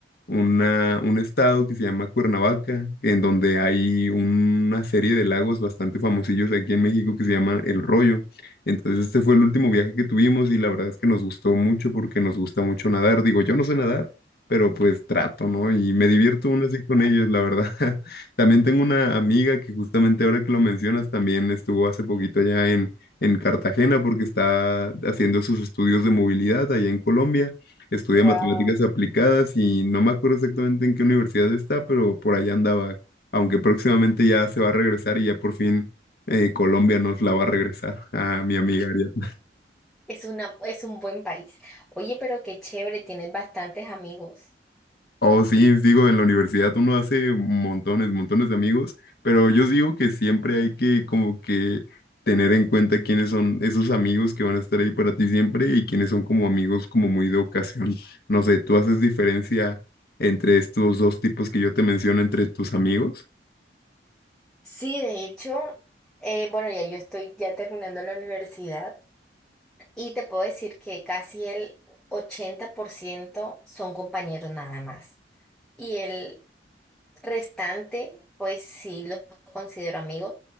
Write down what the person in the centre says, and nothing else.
Wow,
es una, es un buen país. Oye, pero qué chévere, tienes bastantes amigos.
Sí, de hecho, eh, bueno, ya yo estoy ya terminando la universidad y te puedo decir que casi el 80% son compañeros nada más. Y el restante, pues sí los considero amigos.